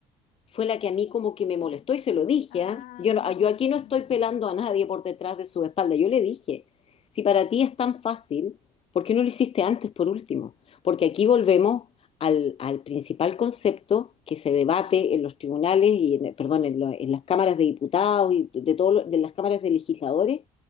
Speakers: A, on the left (about 45°); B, on the left (about 70°).
A: fue la que a mí como que me molestó y se lo dije,
B: Ah,
A: ¿ah? Yo, no-
B: no,
A: yo aquí
B: sí.
A: no estoy pelando a nadie por detrás de su espalda. Yo le dije, si para ti es tan fácil, ¿por qué no lo hiciste antes por último? Porque aquí volvemos al, al principal concepto que se debate en los tribunales y, en, perdón, en, lo- en las cámaras de diputados y de, todo lo- de las cámaras de legisladores,